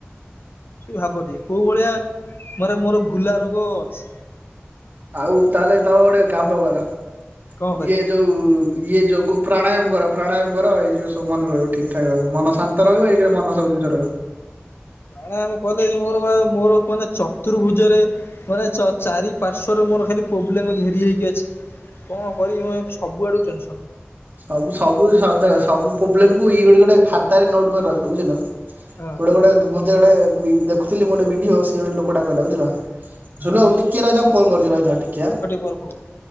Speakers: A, on the left (about 65°); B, on the right (about 50°).
A: ଭାବ ଟିକେ କୋଉ ଭଳିଆ ମାରେ ମୋର ଭୁଲା ରୋଗ ଅଛି।
B: ଆଉ ତାହେଲେ ତମ ଗୋଟେ କାମ କର
A: କଣ
B: ଇଏ ଯୋଉ ଇଏ ଯୋଗ ପ୍ରାଣାୟାମ କର ପ୍ରାଣାୟାମ କର ଏଇ ଯିବ ସବୁ ମନ ରହିବ ଠିକ୍ ଠାକ ରହିବ ମନ ସ ଶାନ୍ତ ରହିବ ଏକେ ରେ ମନ ସବୁ ଜିନିଷ ରହିବ।
A: ପ୍ରାଣାୟାମ କଲେ ମୋର ବା ମୋର ମାନେ ଚତୁର୍ଭୁଜରେ ମାନେ ଚ ଚାରି ପାର୍ଶ୍ଵରେ ମୋର ଖାଲି ପୋବ୍ଲେମ୍ ଘେରି ହେଇକି ଅଛି। କଣ କରିବି ମୁ ସବୁଆଡ଼ୁ ଟେନସନ୍।
B: ସବୁ ସବୁ ସ ଦେଖ ସବୁ ପୋବ୍ଲେମ୍ କୁ ଇଏ ଗୋଟେ ଗୋଟେ ଖାତାରେ ନୋଟ କରି ରଖ ବୁଝିଲ। ଗୋଟେ
A: ହଁ
B: ଗୋଟେ ମତେ ଗୋଟେ ବି ଦେଖୁଥିଲି ମୁଁ ଗୋଟେ ଭିଡ଼ିଓ ସେ ଗୋଟେ ଲୋକଟା କହିଲା ବୁଝିଲ। ଜୁଲୁ ଆଉ ଟିକେ ରହିଯା ମୁ ଫୋନ କରୁଛି ରହିଥା ଆଉ ଟିକେ।
A: ଗରମ ହବ।